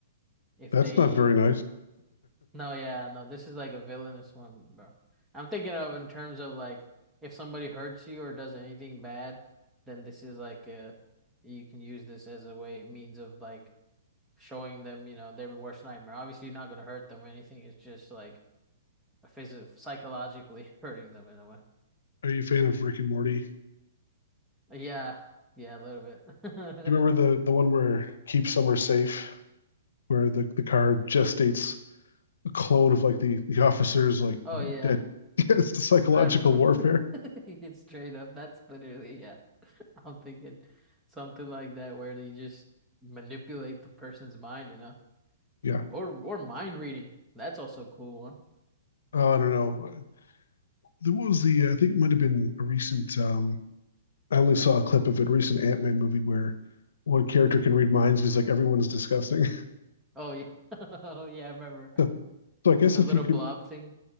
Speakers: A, in the centre; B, on the left (about 80°).
A: if
B: that's
A: they,
B: not very nice.
A: no, yeah, no, this is like a villainous one, bro. I'm thinking of in terms of like if somebody hurts you or does anything bad, then this is like a you can use this as a way means of like showing them, you know, their worst nightmare. Obviously, you're not gonna hurt them or anything. It's just like a phys psychologically <laughs> hurting them in a way.
B: Are you a fan of Rick and Morty?
A: Yeah, yeah, a little bit.
B: Do you remember
A: <laughs>
B: the the one where keep summer safe, where the the car just states a clone of like the the officers like
A: Oh yeah.
B: dead. <laughs> it's the psychological
A: I remember.
B: warfare.
A: <laughs> It's straight up. That's literally, yeah. I'm thinking something like that where they just manipulate the person's mind, you know?
B: Yeah.
A: Or or mind reading. That's also a cool one.
B: Oh, I don't know. There was the I think it might have been a recent. um I only saw a clip of it. A recent Ant Man movie where one character can read minds. And he's like everyone's disgusting. <laughs>
A: Oh yeah. <laughs> Oh yeah, I remember.
B: so, so I guess
A: The
B: if
A: little
B: you could,
A: blob thing.